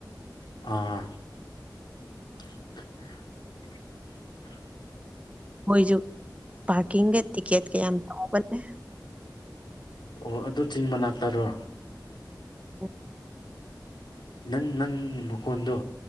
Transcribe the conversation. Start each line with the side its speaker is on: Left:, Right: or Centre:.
Left: ꯑꯥ <unintelligible>
Right: ꯃꯣꯏꯖꯨ ꯄꯥꯔꯀꯤꯡꯒ ꯇꯤꯀꯦꯠꯀ ꯌꯥꯝ ꯇꯧꯕꯅꯦ
Left: ꯑꯣ ꯑꯗꯨ ꯆꯤꯡ ꯃꯅꯥꯛꯇꯔꯣ
Right: ꯎ
Left: ꯅꯪ ꯅꯪꯒꯤ ꯃꯈꯣꯟꯗꯣ